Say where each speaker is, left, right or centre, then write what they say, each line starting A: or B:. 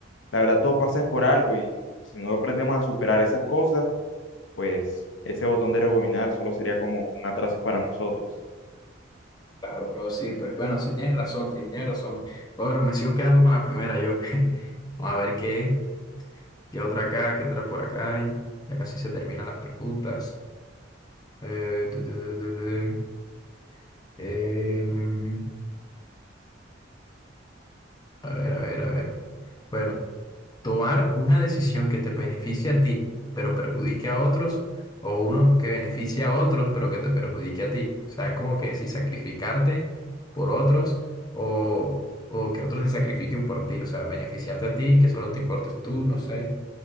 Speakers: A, on the left; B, on the left.
A: la verdad todo pasa es por algo y si no aprendemos a superar esas cosas, pues ese botón de rebobinar solo sería como un atraso para nosotros.
B: claro, bro, sí, pues bueno, sí tienes razón, sí tienes razón. Bueno, me sigo quedando con la primera yo. <laughs> Vamos a ver qué, qué otra acá, qué otra por acá. Y ya casi se terminan las preguntas. Eh, tu, tu, tu, tu, tu. Em, A ver, a ver, a ver. Bueno, tomar una decisión que te beneficie a ti, pero perjudique a otros, o uno que beneficie a otros, pero que te perjudique a ti. O sea, es como que si sacrificarte por otros o, o que otros se sacrifiquen por ti. O sea, beneficiarte a ti, que solo te importes tú, no sé.